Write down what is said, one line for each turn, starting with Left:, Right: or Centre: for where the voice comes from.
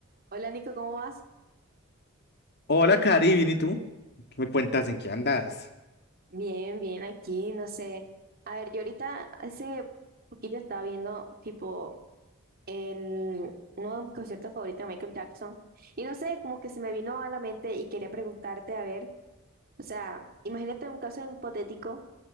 Right: Hola Nico, ¿cómo vas?
Left: Hola, Cari, bien, ¿y tú? ¿Qué me cuentas en qué andas?
Right: Bien, bien, aquí, no sé. A ver, yo ahorita hace poquito estaba viendo tipo el, uno de mis conciertos favoritos de Michael Jackson y no sé, como que se me vino a la mente y quería preguntarte, a ver, o sea, imagínate un caso hipotético